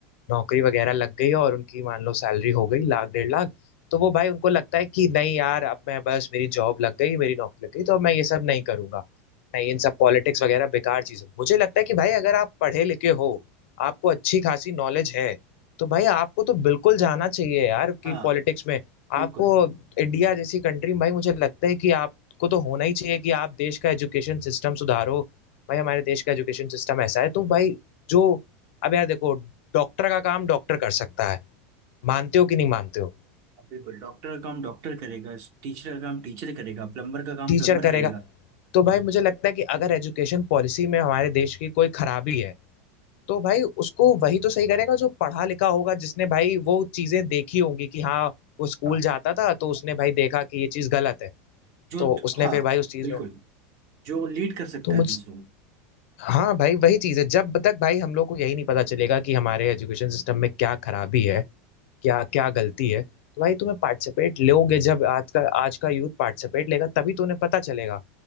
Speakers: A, on the left; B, on the right.
A: नौकरी वगैरह लग गई और उनकी मान लो सैलरी हो गई लाख डेढ़ लाख तो वो भाई उनको लगता है कि नहीं यार अब मैं बस मेरी जॉब लग गई मेरी नौकरी लग गई तो अब मैं ये सब नहीं करूंगा नहीं इन सब पॉलिटिक्स वगैरह बेकार चीज़ है मुझे लगता है कि भाई अगर आप पढ़े लिखे हो आपको अच्छी खासी नॉलेज है तो भाई आपको तो बिल्कुल जाना चाहिए यार कि
B: हाँ
A: पॉलिटिक्स में
B: बिल्कुल
A: आपको इंडिया जैसी कंट्री में भाई मुझे लगता है कि आप को तो होना ही चाहिए कि आप देश का एजुकेशन सिस्टम सुधारो भाई हमारे देश का एजुकेशन सिस्टम ऐसा है तो भाई जो अब यार देखो डॉक्टर का काम डॉक्टर कर सकता है मानते हो कि नहीं मानते हो
B: हाँ, बिल्कुल डॉक्टर का काम डॉक्टर करेगा टीचर का काम टीचर करेगा प्लम्बर का काम
A: टीचर
B: प्लम्बर
A: करेगा
B: करेगा
A: तो भाई मुझे लगता है कि अगर एजुकेशन पॉलिसी में हमारे देश की कोई खराबी है तो भाई उसको वही तो सही करेगा जो पढ़ा लिखा होगा जिसने भाई वो चीजें देखी होंगी कि हाँ वो स्कूल
B: हाँ
A: जाता था तो उसने भाई देखा कि ये चीज गलत है
B: जो
A: तो उसने
B: हाँ
A: फिर भाई उस चीज
B: बिल्कुल
A: में
B: जो लीड कर सकता
A: तो
B: है
A: मुझ
B: दूसरों को
A: हाँ भाई वही चीज है जब तक भाई हम लोग को यही नहीं पता चलेगा कि हमारे एजुकेशन सिस्टम में क्या खराबी है क्या क्या गलती है तो भाई तुम्हें पार्टिसिपेट लोगे जब आज का आज का यूथ पार्टिसिपेट लेगा तभी तो उन्हें पता चलेगा